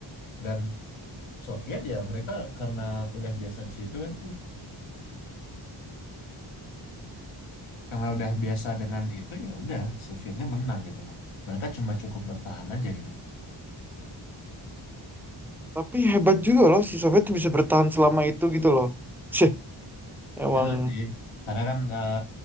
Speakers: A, on the left; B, in the centre.
A: Dan Soviet ya mereka karena udah biasa di situ kan, karena udah biasa dengan itu ya udah Sovietnya menang gitu lah. Mereka cuma cukup bertahan aja gitu.
B: Tapi hebat juga loh si Soviet tuh bisa bertahan selama itu gitu loh. Sih, emang.
A: Ya sih, karena kan eh,